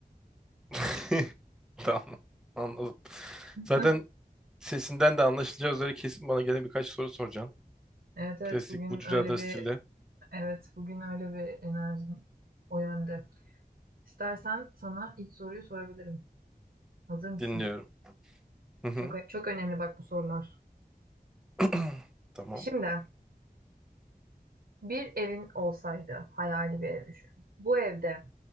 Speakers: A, in the centre; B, on the right.
A: <laughs> Tamam. Anladım.
B: <laughs>
A: Zaten sesinden de anlaşılacağı üzere kesin bana gene birkaç soru soracaksın.
B: Evet evet
A: Klasik
B: bugün
A: Would
B: öyle
A: You Rather
B: bir
A: stili
B: evet bugün öyle bir enerjim o yönde. İstersen sana ilk soruyu sorabilirim. Hazır mısın?
A: dinliyorum. Hı hı.
B: Çok çok önemli bak bu sorular.
A: <clears throat> Tamam.
B: Şimdi bir evin olsaydı hayali bir ev düşün. Bu evde